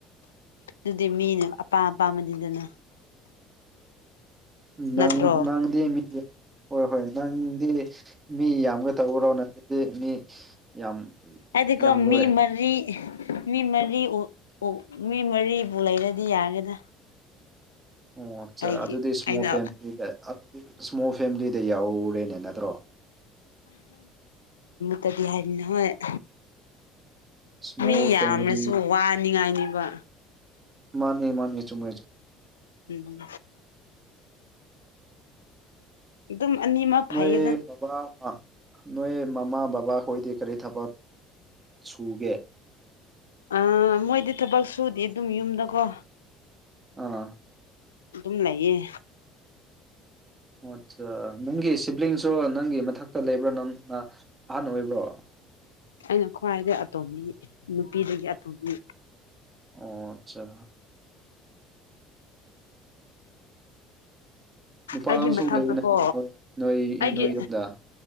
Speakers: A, on the left; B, on the right.
A: ꯑꯗꯨꯗꯤ ꯃꯤꯅꯦ ꯑꯄꯥꯝ ꯑꯄꯥꯝꯕꯅꯤꯗꯅ
B: ꯅꯪ
A: ꯅꯠꯇ꯭ꯔꯣ
B: ꯅꯪꯗ ꯃꯤ ꯍꯣꯏ ꯍꯣꯏ ꯅꯪꯗꯤ ꯃꯤ ꯌꯥꯝꯒ ꯇꯎꯔꯣ ꯅꯪꯗꯤ ꯃꯤ ꯌꯥꯝ
A: ꯑꯗꯨꯒꯀꯣ
B: ꯌꯥꯝꯔꯣꯏ
A: ꯃꯤ ꯃꯔꯤ ꯃꯤ ꯃꯔꯤ ꯃꯤ ꯃꯔꯤꯕꯨ ꯂꯩꯔꯗꯤ ꯌꯥꯔꯦꯗ
B: ꯑꯣ
A: ꯑꯩꯒꯤ
B: ꯑꯗꯨꯗꯤ ꯏꯁꯃꯣꯜ
A: ꯑꯩꯅ
B: ꯐꯦꯃꯤꯂꯤꯗ ꯏꯁꯃꯣꯜ ꯐꯦꯃꯤꯂꯤꯗ ꯌꯥꯎꯔꯦꯅꯦ ꯅꯠꯇ꯭ꯔꯣ
A: ꯇꯗꯤ ꯍꯥꯏꯗꯤꯅ ꯍꯣꯏ
B: ꯏꯁꯃꯣꯜ
A: ꯃꯤ ꯌꯥꯝꯅꯁꯨ
B: ꯐꯦꯃꯤꯂꯤ
A: ꯋꯥꯅꯤꯡꯉꯥꯏꯅꯤꯕ
B: ꯃꯥꯅꯤ ꯃꯥꯅꯤ ꯆꯨꯝꯃꯦꯦꯝ
A: ꯎꯝ ꯑꯗꯨꯝ ꯑꯅꯤꯃꯛ
B: ꯅꯣꯏꯕꯥ
A: ꯐꯩꯌꯦꯗ
B: ꯅꯣꯏ ꯃꯃꯥ ꯕꯥ ꯍꯣꯏꯗꯤ ꯀꯔꯤ ꯊꯄꯠ ꯁꯨꯒꯦ
A: ꯑ ꯃꯣꯏꯗꯤ ꯊꯕꯛ ꯁꯨꯗꯦ ꯑꯗꯨꯝ ꯌꯨꯝꯗꯀꯣ
B: ꯑꯥ
A: ꯑꯗꯨꯝ ꯂꯩꯌꯦ
B: ꯑꯆꯥ ꯅꯪꯒꯤ ꯁꯤꯞꯂꯤꯡꯁ ꯆ꯭ꯔꯣ ꯅꯪꯒꯤ ꯃꯊꯛꯇ ꯂꯩꯕ꯭ꯔꯣ ꯅꯪꯅ ꯑꯍꯟ ꯑꯣꯏꯕ꯭ꯔꯣ
A: ꯑꯩꯅ ꯈ꯭ꯋꯥꯏꯗꯒꯤꯩ ꯑꯇꯣꯝꯕꯤ ꯅꯨꯄꯤꯗꯒꯤ ꯑꯇꯣꯝꯕꯤ
B: ꯑꯣ ꯑꯆꯥ ꯅꯨꯄꯥꯁꯨ
A: ꯑꯩꯒꯤ ꯃꯊꯛꯇꯀꯣ
B: ꯂꯩꯕ ꯅꯠꯇ꯭ꯔꯣ ꯅꯣꯏ ꯅꯣꯏ
A: ꯑꯩꯒꯤ
B: ꯅꯣꯏ ꯌꯨꯝꯗ